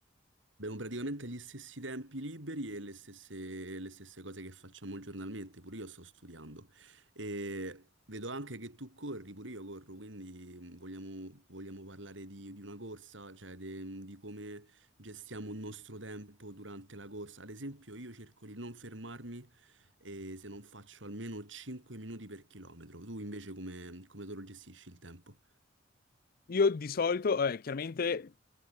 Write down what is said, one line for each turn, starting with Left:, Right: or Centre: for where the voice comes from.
Right: Abbiamo praticamente gli stessi tempi liberi e le stesse, le stesse cose che facciamo giornalmente, pure io sto studiando. E vedo anche che tu corri, pure io corro, quindi mm, vogliamo, vogliamo parlare di, di una corsa, cioè de- di come gestiamo il nostro tempo durante la corsa. Ad esempio, io cerco di non fermarmi e se non faccio almeno 5 minuti per chilometro. Tu invece come, come te lo gestisci il tempo?
Left: Io di solito, eh, chiaramente